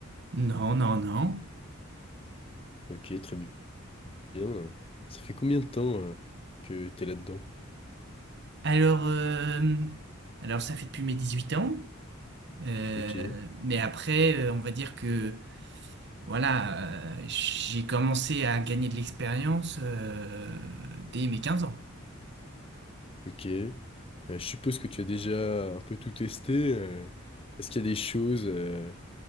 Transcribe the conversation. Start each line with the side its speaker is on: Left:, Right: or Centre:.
Right: Non, non, non.
Left: Ok, très bien. Bien, euh, ça fait combien de temps euh, que t'es là-dedans?
Right: Alors, euh, alors, ça fait depuis mes 18 ans. Euh,
Left: Ok,
Right: mais après, euh, on va dire que voilà, euh, j'ai commencé à gagner de l'expérience euh, dès mes 15 ans.
Left: ok. Euh, je suppose que tu as déjà un peu tout testé. euh, est-ce qu'il y a des choses euh,